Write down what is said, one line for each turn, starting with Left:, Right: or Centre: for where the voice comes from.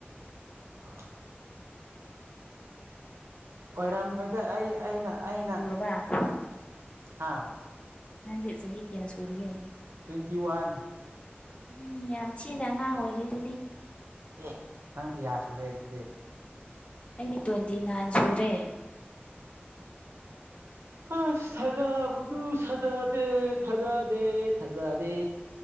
Right: ꯑꯥ ꯑꯣꯏꯔꯝꯃꯣꯏꯗ ꯑꯩ ꯑꯩꯅ ꯑꯩꯅ
Left: ꯕꯔꯥ
Right: ꯍꯥꯥ
Left: ꯅꯪꯗꯤ ꯆꯍꯤ ꯀꯌꯥ ꯁꯨꯔꯒꯦ
Right: ꯇꯣꯏꯇꯤ ꯋꯥꯟ
Left: ꯎꯝ ꯌꯥꯝ ꯊꯤꯅ ꯑꯉꯥꯡ ꯑꯣꯏꯔꯤ ꯑꯗꯨꯗꯤ
Right: ꯑꯦ ꯅꯪ ꯀꯌꯥ ꯁꯨꯔꯦ ꯑꯗꯨꯗꯤ
Left: ꯑꯩꯗꯤ ꯇꯣꯏꯟꯇꯤ ꯅꯥꯏꯟ ꯁꯨꯔꯦ
Right: ꯑꯁ ꯊꯥꯖꯥ ꯕꯗꯨ ꯁꯥꯅꯗꯦ ꯊꯥꯖꯗꯦ ꯊꯥꯖꯗꯦ